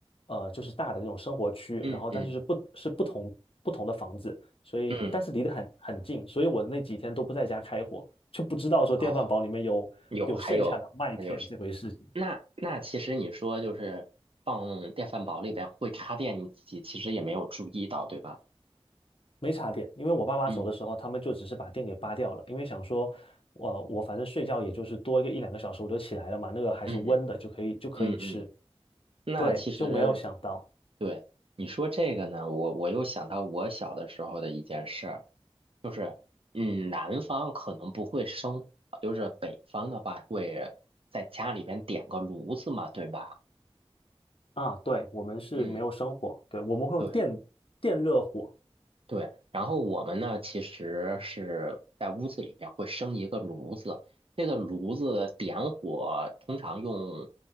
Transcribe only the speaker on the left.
呃就是大的那种生活区，
然后但是是不是不同不同的房子，所以但是离得很很近，
所以我那几天都不在家开火，就不知道说电饭煲里面有有剩下的麦片这回事情。
没插电，因为我爸妈走的时候，
他们就只是把电给拔掉了，因为想说，我、我反正睡觉也就是多一个一两个小时我就起来了嘛，那个还是温的，
就可以就可以吃。
对，就没有想到
啊，对，我们是没有生火，
对，我们会用电电热火，